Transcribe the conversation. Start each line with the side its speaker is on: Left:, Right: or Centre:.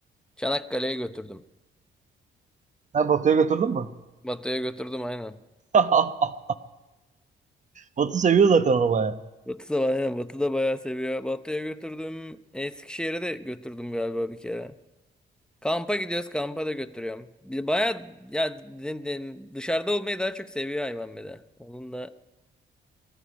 Centre: Çanakkale'ye götürdüm.
Right: Ha, Batu'ya götürdün mü?
Centre: Batı'ya götürdüm aynen.
Right: <laughs> Batu seviyor zaten arabayı.
Centre: Batı da aynen Batı da bayağı seviyor. Batı'ya götürdüm. Eskişehir'e de götürdüm galiba bir kere. Kampa gidiyoruz kampa da götürüyorum. Bir bayağı ya de- de- dışarıda olmayı daha çok seviyor hayvan bir de. Onun da